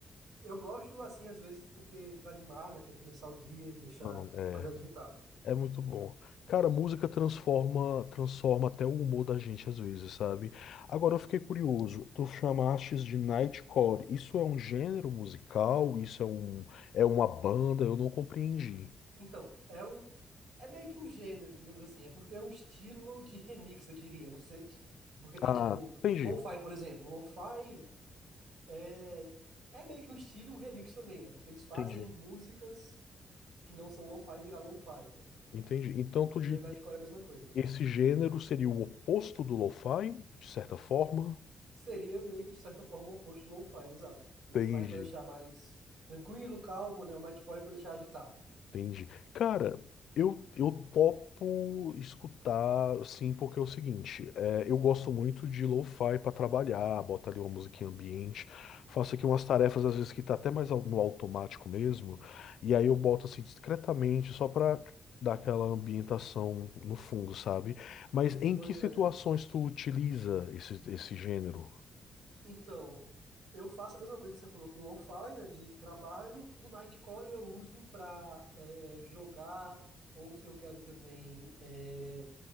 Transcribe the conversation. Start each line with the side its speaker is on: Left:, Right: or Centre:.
Right: Eu gosto assim às vezes porque para animar, né, para começar o dia, deixar
Left: Não, é.
Right: mais agitado.
Left: É muito bom. Cara, música transforma, transforma até o humor da gente às vezes, sabe? Agora eu fiquei curioso. Tu chamastes de Nightcore. Isso é um gênero musical? Isso é um, é uma banda? Eu não compreendi.
Right: Então, é um é meio que um gênero, digamos assim, é porque é um estilo de remix, eu diria, não sei, t- porque tem
Left: Ah,
Right: tipo
Left: entendi.
Right: lo-fi, por exemplo. Lo-fi é é meio que um estilo, e um remix também, né? Porque eles fazem
Left: Entendi.
Right: músicas que não são lo-fi virar lo-fi, né?
Left: Entendi. Então tu diria
Right: E aí o Nightcore é a mesma coisa.
Left: que esse gênero seria o oposto do lo-fi, de certa forma?
Right: Seria meio que de certa forma o oposto do lo-fi, exato. O lo-fi
Left: Entendi.
Right: é para deixar mais tranquilo, calmo, né? O Nightcore é para deixar agitado.
Left: Entendi. Cara, eu, eu topo escutar, sim, porque é o seguinte, é, eu gosto muito de lo-fi para trabalhar, boto ali uma musiquinha ambiente, faço aqui umas tarefas às vezes que tá até mais au- no automático mesmo, e aí eu boto assim discretamente só para dar aquela ambientação no fundo, sabe? Mas em
Right: Pois
Left: que situações
Right: é.
Left: tu utiliza esse, esse gênero?
Right: Então, eu faço a mesma coisa que você falou com o lo-fi, né, de trabalho. O Nightcore eu uso para jogar, ou se eu quero também é,